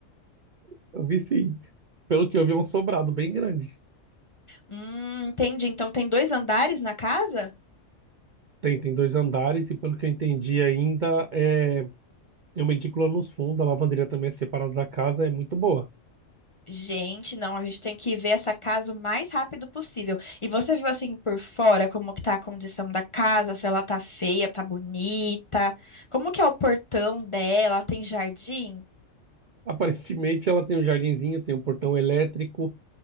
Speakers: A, on the right; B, on the left.
A: Eu vi sim. Pelo que eu vi, é um sobrado bem grande.
B: Hum, entendi. Então tem dois andares na casa?
A: Tem, tem dois andares e pelo que eu entendi ainda, é, tem uma edícula nos fundos, a lavanderia também é separada da casa, é muito boa.
B: Gente, não, a gente tem que ver essa casa o mais rápido possível. E você viu assim por fora como que tá a condição da casa, se ela tá feia, tá bonita, como que é o portão dela, tem jardim?
A: <laughs> Aparentemente ela tem um jardinzinho, tem um portão elétrico,